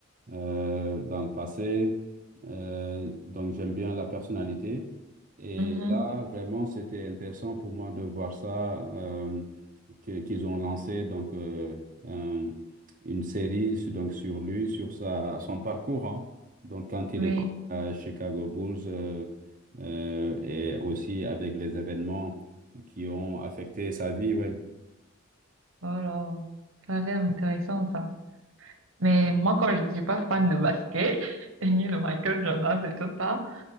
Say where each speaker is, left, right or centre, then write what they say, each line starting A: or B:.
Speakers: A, on the right (about 40°); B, on the right (about 85°).
A: euh, dans le passé. Euh, donc, j'aime bien la personnalité. Et
B: mhm,
A: là, vraiment, c'était intéressant pour moi de voir ça euh, que- qu'ils ont lancé donc euh, euh, une série sur- donc sur lui, sur sa son parcours. hein. Donc quand il
B: oui.
A: était à Chicago Bulls euh, euh, et aussi avec les événements qui ont affecté sa vie, ouais.
B: Oh là, ça a l'air intéressant, ça. Mais moi, quand je ne suis pas fan de basket, <laughs> et ni de Michael Jordan, c'est tout ça,